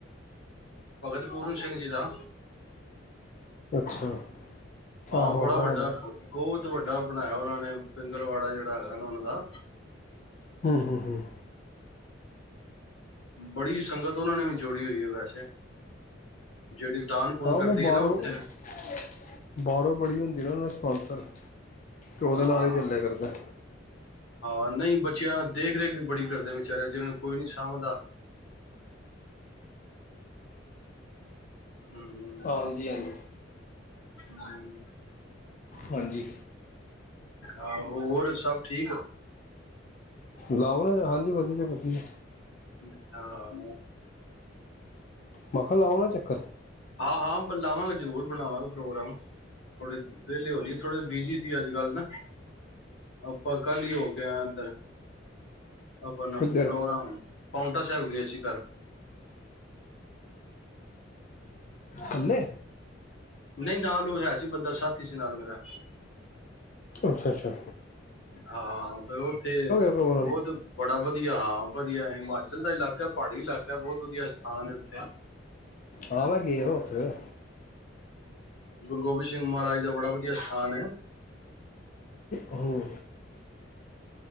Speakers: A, on the left (about 85°); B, on the left (about 40°).
A: ਭਗਤ ਪੂਰਨ ਸਿੰਘ ਜੀ ਦਾ
B: ਅੱਛਾ
A: ਹਾਂ
B: ਆਹੋ
A: ਬੜਾ
B: ਆਹੋ
A: ਵੱਡਾ,
B: ਹੈਗਾ
A: ਬਹੁਤ ਬਹੁਤ ਵੱਡਾ ਬਣਾਇਆ ਉਹਨਾਂ ਨੇ ਪਿੰਗਲਵਾੜਾ ਜਿਹੜਾ ਹੈਗਾ ਨਾ ਉਹਨਾਂ ਦਾ
B: ਹਮ-ਹਮ-ਹਮ
A: ਬੜੀ ਸੰਗਤ ਉਹਨਾਂ ਨੇ ਵੀ ਜੋੜੀ ਹੋਈ ਹੈ ਵੈਸੇ ਜਿਹੜੀ ਦਾਨ ਪੁੰਨ
B: ਕਾਨੋ
A: ਕਰਦੀ
B: ਬਾਹਰੋਂ-ਬਾਹਰੋਂ
A: ਹੈ ਨਾ ਉੱਥੇ
B: ਬੜੀ ਹੁੰਦੀ ਨਾ ਓਨ੍ਹਾਂ ਦੀ ਅੰਤਰ ਹੈ ਤੇਓਦੇ
A: ਹਾਂ
B: ਨਾਲ ਹੀ ਚੱਲਿਆ ਕਰਦਾ
A: ਹਾਂ ਨਹੀਂ ਬੱਚਿਆਂ ਦੇਖ ਰੇਖ ਵੀ ਬੜੀ ਕਰਦੇ ਵਿਚਾਰਿਆਂ ਜਿਹਨਾਂ ਨੂੰ ਕੋਈ ਨੀ ਸਾਂਭਦਾ ਹੂੰ
B: ਹਾਂਜੀ-ਹਾਂਜੀ
A: <inaudible>
B: ਹਾਂਜੀ
A: ਹਾਂ ਹੋਰ ਸਭ ਠੀਕ
B: ਲਾਓ ਨਾ ਹਾਂਜੀ ਵਧੀਆ-ਵਧੀਆ
A: ਠੀਕ-ਠਾਕ
B: ਮੈ ਕਿਹਾ ਲਾਓ ਨਾ ਚੱਕਰ
A: ਆਹ ਹਾਂ ਲਾਵਾਂਗੇ ਜਰੂਰ ਬਣਾਵਾਂਗੇ ਪ੍ਰੋਗਰਾਮ ਥੋੜੇ ਵਿਹਲੇ ਹੋਲੀਏ ਥੋੜੇ ਬਿਜੀੀ ਸੀ ਅੱਜ ਕੱਲ ਨਾ ਆਪਾਂ ਕੱਲ ਹੀ ਹੋ ਕੇ ਆ ਇਧਰ ਅਪਨਪ
B: ਇੱਧਰ
A: ਪ੍ਰੋਗਰਾਮ ਪੋਂਟ ਟਾ ਸਾਹਿਬ ਗਏ ਸੀ ਕਲ
B: ਕੱਲੇ
A: ਨਹੀਂ ਨਾਲ ਉਹ ਹੈ ਸੀ ਬੰਦਾ ਸਾਥੀ ਸੀ ਨਾਲ ਮੇਰਾ
B: ਅੱਛਾ-ਅੱਛਾ
A: ਹਾਂ ਫੇਿਰ ਉਹ ਉੱਥੇ
B: ਪ੍ਰੋਗਰਾਮ
A: ਬਹੁਤ ਬੜਾ ਵਧ ਵਧੀਆ ਹਾਂ ਵਧੀਆ ਹਿਮਾਚਲ ਦਾ ਇਲਾਕਾ ਪਹਾੜੀ ਇਲਾਕਾ ਬਹੁਤ ਵਧੀਆ ਸਥਾਨ ਹੈ ਉੱਥੇ
B: ਆਹ ਮੈਂ ਗਇਆ ਉੱਥੇ
A: ਗੁਰੂ ਗੋਬਿੰਦ ਸਿੰਘ ਮਹਾਰਾਜ ਦਾ ਬੜਾ ਵਧੀਆ ਸਥਾਨ ਹੈ
B: ਹੂੰ